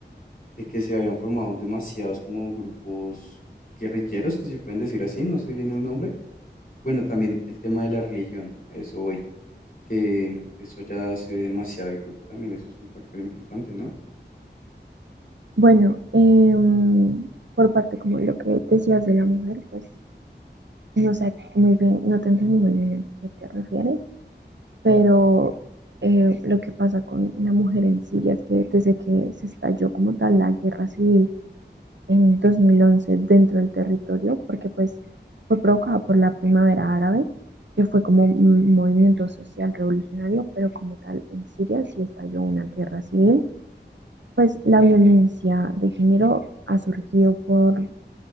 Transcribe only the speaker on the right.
Bueno, em, por parte como lo que decías de la mujer, pues No sé muy bien, no te entiendo muy bien a qué te refieres, pero eh, lo que pasa con la mujer en Siria es que desde que se estalló como tal la guerra civil en 2011 dentro del territorio, porque pues fue provocada por la primavera árabe, que fue como un movimiento social revolucionario, pero como tal en Siria sí estalló una guerra civil, pues la violencia de género ha surgido por